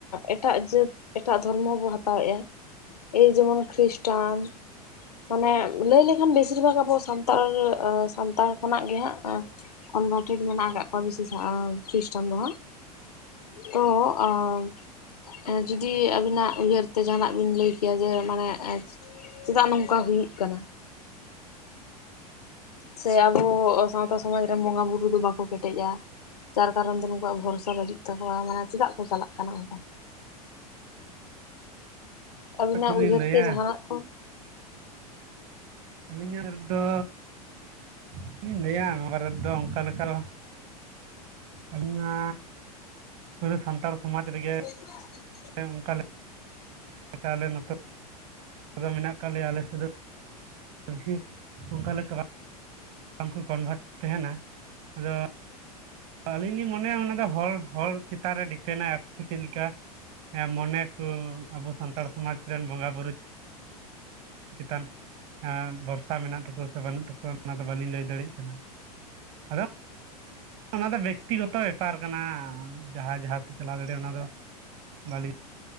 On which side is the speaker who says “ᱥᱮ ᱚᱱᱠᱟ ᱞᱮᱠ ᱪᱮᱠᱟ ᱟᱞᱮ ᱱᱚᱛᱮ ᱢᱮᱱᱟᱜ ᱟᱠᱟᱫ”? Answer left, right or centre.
Right